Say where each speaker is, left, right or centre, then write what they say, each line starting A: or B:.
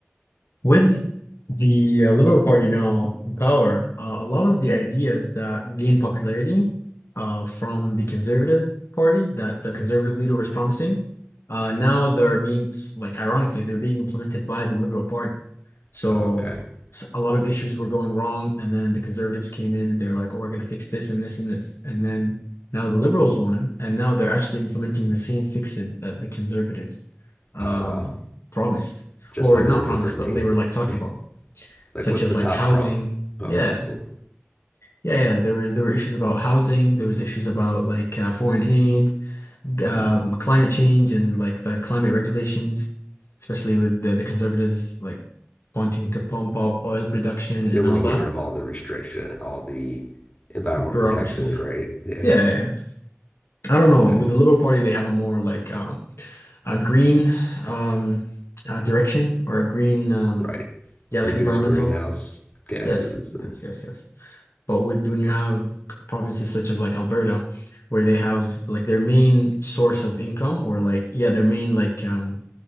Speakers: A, on the left (about 70°); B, on the left (about 30°).
A: With the uh, Liberal Party now in power, uh, a lot of the ideas that gained popularity uh, from the Conservative Party that the Conservative leader was promising, uh, now they're being, s- like, ironically, they're being implemented by the Liberal Party. So,
B: Okay.
A: s a lot of issues were going wrong, and then the Conservatives came in and they're like, oh, we're going to fix this and this and this. And then now the Liberals won, and now they're actually implementing the same fixes that the Conservatives um,
B: Oh, wow.
A: promised
B: Just
A: or
B: under
A: not
B: a
A: promised,
B: different
A: but
B: name.
A: they were like talking
B: Yeah.
A: about,
B: Like,
A: such
B: what's
A: as
B: the
A: like
B: top
A: housing.
B: prompt? Oh,
A: Yeah,
B: housing.
A: yeah, yeah. There was there were issues about housing. There was issues about like uh, foreign aid, um,
B: Mm.
A: climate change, and like the climate regulations, especially with the, the conservatives like wanting to pump up oil production and
B: They want
A: all
B: to
A: that
B: get rid of all the restriction, all the environmental
A: bureaucracy.
B: protections, right? Yeah.
A: Yeah, yeah. yeah. I don't know.
B: Okay.
A: With the Liberal Party, they have a more like um, a green um, uh, direction or a green um,
B: Right.
A: yeah, like
B: Reduce
A: environmental.
B: greenhouse gases
A: Yes,
B: and
A: yes, yes, yes. But with when you have provinces such as like Alberta, where they have like their main source of income or like yeah, their main like um